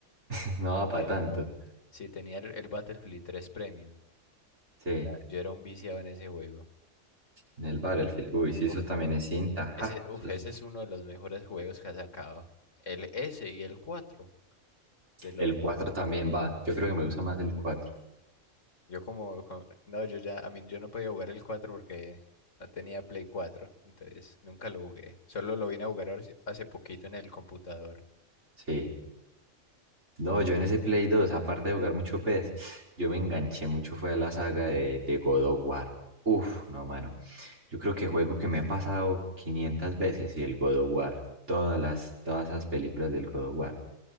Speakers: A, on the right; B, on the left.
A: <laughs> No va
B: Tenía,
A: para tanto.
B: sí, tenía el, el Battlefield tres Premium.
A: Sí.
B: Yo era, yo era un viciado en ese juego.
A: En el Battlefield. Uy, sí,
B: Uf,
A: eso también es cinta.
B: ese,
A: ¡Ja!
B: uf,
A: Eso
B: ese
A: es-
B: es uno de los mejores juegos que ha sacado. El S y el 4 de lo
A: El
B: mejor,
A: cuatro
B: sí.
A: también va. Yo creo que me gusta más el cuatro,
B: Yo como, co- no, yo ya, a mí, yo no podía jugar el 4 porque no tenía Play 4 entonces nunca lo jugué. Solo lo vine a jugar ahora- sí, hace poquito en el computador.
A: Sí. No, yo en ese Play 2 aparte de jugar mucho PES, yo me enganché mucho, fue a la saga de, de God of War. Uf, no, mano. Yo creo que juego que me he pasado 500 veces y el God of War, todas las, todas esas películas del God of War.